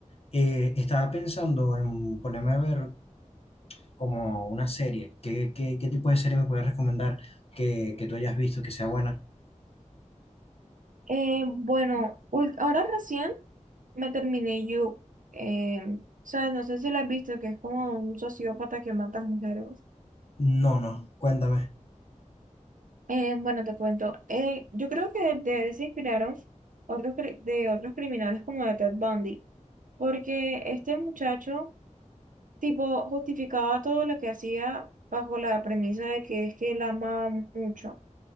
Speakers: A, on the left; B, on the right.
A: Eh, estaba pensando en ponerme a ver como una serie. ¿Qué, qué, qué tipo de serie me puedes recomendar que, que tú hayas visto que sea buena?
B: Eh, bueno, ul- ahora recién me terminé You. Eh, sabes, no sé si la has visto, que es como un sociópata que mata mujeres.
A: No, no, cuéntame.
B: Eh, bueno, te cuento. Eh, yo creo que de él se inspiraron otros cri- de otros criminales como de Ted Bundy, porque este muchacho, tipo, justificaba todo lo que hacía bajo la premisa de que es que él amaba mucho.